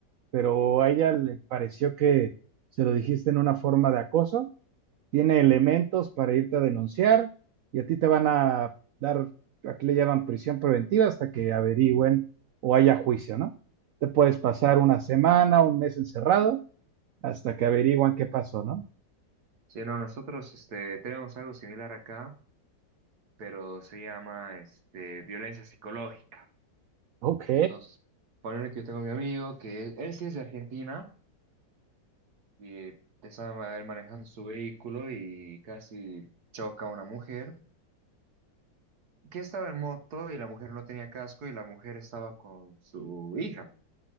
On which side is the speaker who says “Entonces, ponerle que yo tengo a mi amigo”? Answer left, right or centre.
Right